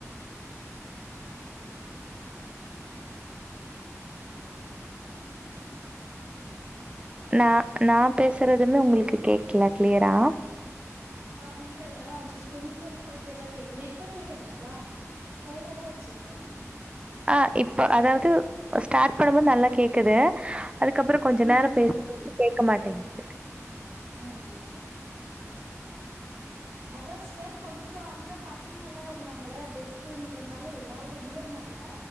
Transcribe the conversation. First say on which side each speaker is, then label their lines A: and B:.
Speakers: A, on the right; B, on the right.
A: நா நா பேசுறதுமே உங்களுக்கு கேக்கல கிளியரா
B: ஆ இல்ல ஆ கொஞ்சோ விட்டு விட்டுதா கேக்குது இப்ப கேக்குதுங்களா கையில தா வச்சிருக்கே
A: ஆ இப்ப அதாவது ஸ்டார் பண்ணுபோது நல்லா கேக்குது அதுக்கப்புறோ கொஞ்சோ
B: ம்
A: நேரோ பேசு
B: ம்
A: <inaudible> கேக் க்க மாடேன்து
B: ம் ம் அதா ஸ்டர் கொஞ்சோ அங்க பசங்கல்லா இருந்தாங்கல்ல டெத்துன்றனால எல்லாரு வந்திருந்தாங்க